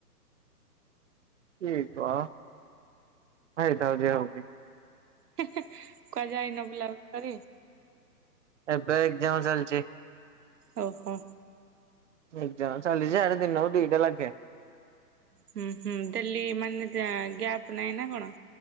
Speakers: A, on the right; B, on the right.
A: କିଏ କହ ହଉଥାଉ ଯିଏ ହଉଚି।
B: ହିଁ -ହିଁ କୁଆଡେ ଯାଇନ ବୁଲାବୁଲି କରି?
A: ଏବେ ଏକ୍ଜାମ ଚାଲିଚି।
B: ଓହୋ।
A: ଏକ୍ଜାମ ଚାଲିଚି ଆରେ ଦିନକୁ ଦିଟା ଲାକେ।
B: ହୁଁ- ହୁଁ ଡେଲି ମାନେ ଗା-ଗ୍ୟାପ୍ ନାହିଁ ନା କଣ?